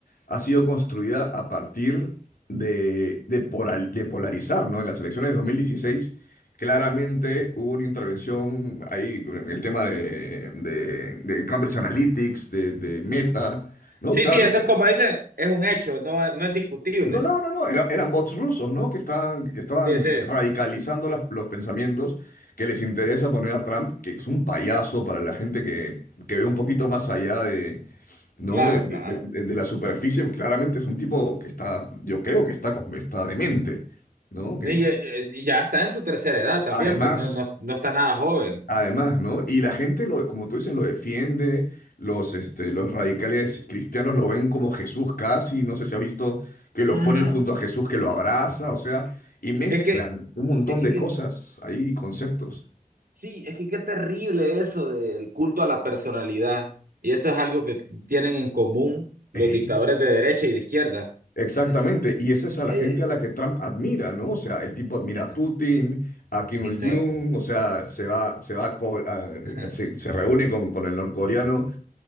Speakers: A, on the left (about 75°); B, on the right (about 80°).
A: ha sido construida a partir de, de, poral- de polarizar, ¿no? En las elecciones de 2016 claramente hubo una intervención ahí en el tema de, de- de Cambridge Analytics, de, de Meta, ¿no?
B: Sí,
A: Claramente
B: sí, eso es como dicen, es un hecho, no, no es discutible.
A: no, no, no, no, era- eran bots rusos, ¿no? Que estaban, que estaban
B: Sí, sí,
A: radicalizando las- los pensamientos que les interesa poner a Trump, que es un payaso para la gente que, que ve un poquito más allá de, ¿no?
B: claro,
A: de, de-
B: claro.
A: de- de- de la superficie. Claramente es un tipo que está, yo creo que está, está demente, ¿no? Que
B: Ni- eh, eh, ya está en su tercera edad también,
A: además
B: pues no, no, no está nada joven.
A: Además, ¿no? Y la gente, lo, como tú dices, lo defiende, los, este, los radicales cristianos lo ven como Jesús casi, no sé si has visto que
B: Ujú.
A: lo ponen junto a Jesús que lo abraza, o sea, y mezclan
B: Es que,
A: un montón
B: es que,
A: de
B: que-
A: cosas ahí, conceptos.
B: sí, es que qué terrible eso del culto a la personalidad. Y eso es algo que tienen en común los
A: Ex-
B: dictadores de derecha y de izquierda.
A: Exactamente,
B: Es-
A: y esa es a
B: eh,
A: la gente a la que Trump admira, ¿no? O sea, el tipo admira
B: es-
A: a Putin, a Kim
B: exacto.
A: Il-jung, o sea, se va, se va a co- a-
B: <laughs>
A: se, se reúne con, con el norcoreano,